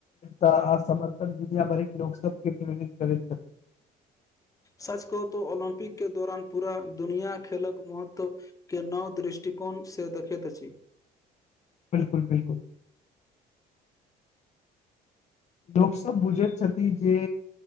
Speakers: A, on the left; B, on the left.
A: तऽ आ समर्पण दुनियाभरिक लोकसभके प्रेरित करैत छथि।
B: सच कहूँ तऽ ओलम्पिकके दौरान पूरा दुनिया खेलक महत्व। के नव दृष्टिकोणसँ देखैत अछि।
A: बिल्कुल बिल्कुल लोक सभ बुझैत छथि जे